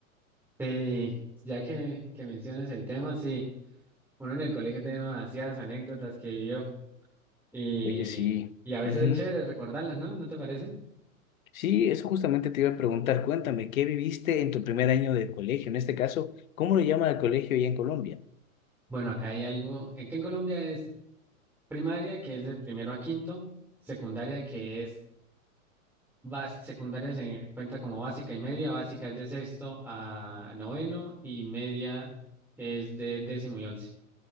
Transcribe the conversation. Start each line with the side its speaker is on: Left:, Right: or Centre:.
Centre: Sí, ya que, que mencionas el tema, sí, uno en el colegio tiene demasiadas anécdotas que vivió y,
Left: Oye, sí.
Centre: y a veces
Left: Ujú.
Centre: es chévere recordarlas, ¿no? ¿No te parece?
Left: Sí, eso justamente te iba a preguntar. Cuéntame, ¿qué viviste en tu primer año de colegio? En este caso, ¿cómo le llama el colegio allá en Colombia?
Centre: Bueno, acá hay algo, eh, que en Colombia es primaria, que es de primero a quinto, secundaria, que es, bas- secundaria se cuenta como básica y media, básica es de sexto a noveno y media es de décimo y once.